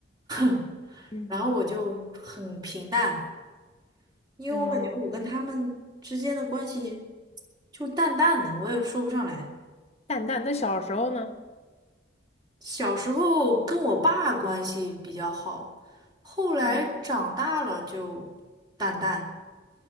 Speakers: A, on the right; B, on the left.
A: <laughs>
B: 嗯
A: 然后我就很平淡。因为我感觉我跟他们之间的关系
B: 嗯，
A: 就是淡淡的，我也说不上来。
B: 淡淡。那小时候呢？
A: 小时候跟我爸关系比较好，后来长大了就淡淡。
B: 嗯